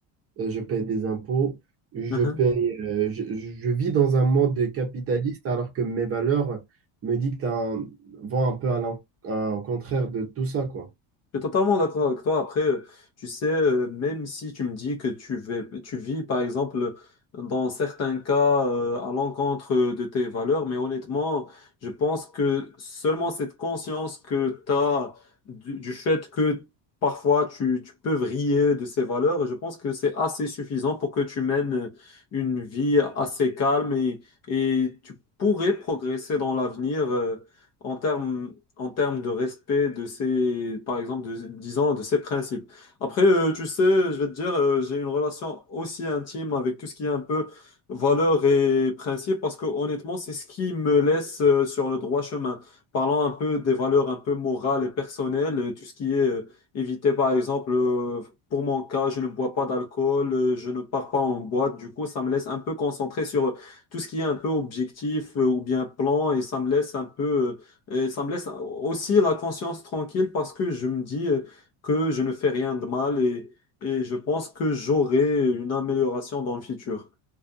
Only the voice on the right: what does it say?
euh, je paye des impôts, je
paye, euh, je, je vis dans un monde capitaliste alors que mes valeurs me dictent un, vont un peu à l'en- à- au contraire de tout ça, quoi.